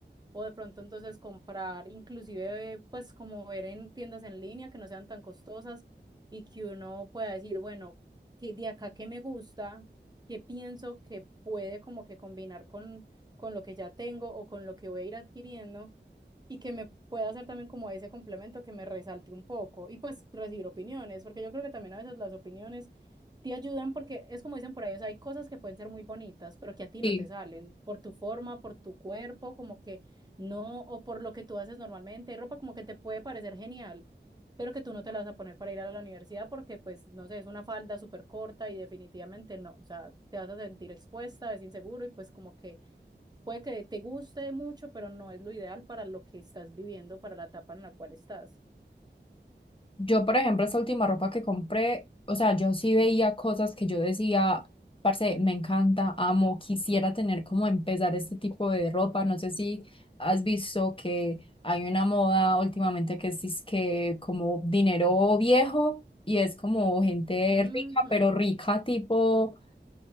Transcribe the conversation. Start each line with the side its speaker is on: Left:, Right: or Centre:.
Right: o de pronto entonces comprar, inclusive pues como ver en tiendas en línea que no sean tan costosas y que uno pueda decir, bueno, que de acá qué me gusta, qué pienso que puede como que combinar con, con lo que ya tengo o con lo que voy a ir adquiriendo y que me pueda hacer también como ese complemento que me resalte un poco y pues recibir opiniones, porque yo creo que también a veces las opiniones te ayudan porque es como dicen por ahí, o sea, hay cosas que pueden ser muy bonitas, pero que a ti
Left: Sí,
Right: no te salen por tu forma, por tu cuerpo, como que no, o por lo que tú haces normalmente, hay ropa como que te puede parecer genial. pero que tú no te la vas a poner para ir a la universidad porque, pues, no sé, es una falda súper corta y definitivamente no, o sea, te vas a sentir expuesta, es inseguro y pues como que Puede que te guste mucho, pero no es lo ideal para lo que estás viviendo, para la etapa en la cual estás.
Left: Yo, por ejemplo, esta última ropa que compré, o sea, yo sí veía cosas que yo decía, parce, me encanta, amo, quisiera tener como empezar este tipo de ropa. No sé si has visto que hay una moda últimamente que es que como dinero viejo y es como gente
Right: Ujú.
Left: rica, pero rica tipo